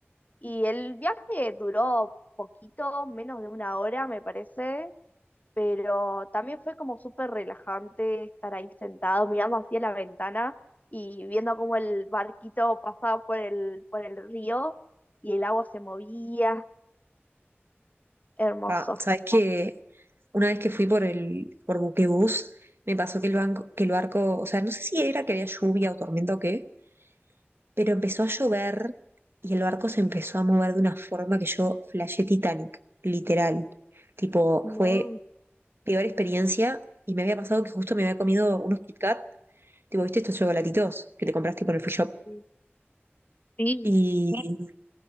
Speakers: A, on the left (about 40°); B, on the right (about 60°).
A: y el viaje duró poquito, menos de una hora, me parece, pero también fue como súper relajante estar ahí sentado mirando hacia la ventana y viendo cómo el barquito pasaba por el, por el río y el agua se movía, hermoso.
B: Pa, ¿sabes que Una vez que fui por el por buquebús, me pasó que el banco, que el barco, o sea, no sé si era que había lluvia o tormenta o qué, pero empezó a llover y el barco se empezó a mover de una forma que yo flashé Titanic, literal. Tipo,
A: No,
B: fue peor experiencia y me había pasado que justo me había comido unos Kit Kat, tipo, ¿viste estos chocolatitos que te compraste con el free shop?
A: sí. sí.
B: y